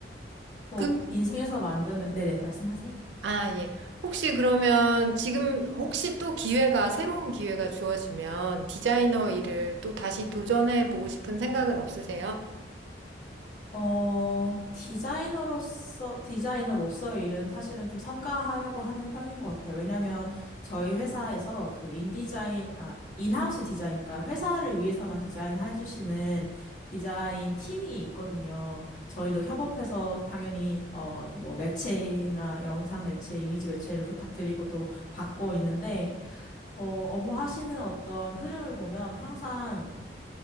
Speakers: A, on the left; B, on the right.
A: 또
B: 그,
A: 인생에서 만드는 네네 말씀하세요.
B: 아, 예. 혹시 그러면 지금 혹시 또 기회가, 새로운 기회가 주어지면 디자이너 일을 또 다시 도전해 보고 싶은 생각은 없으세요?
A: 어, 디자이너로서, 디자이너로서의 일은 사실은 좀 삼가하려고 하는 편인 것 같아요. 왜냐면 저희 회사에서 그 인디자인, 아, 인하우스 디자인, 그러니까 회사를 위해서만 디자인해 주시는 디자인 팀이 있거든요. 저희도 협업해서 당연히, 어, 뭐 매체나 영상 매체, 이미지 매체를 부탁드리고 또 받고 있는데, 어, 업무 하시는 어떤 흐름을 보면 항상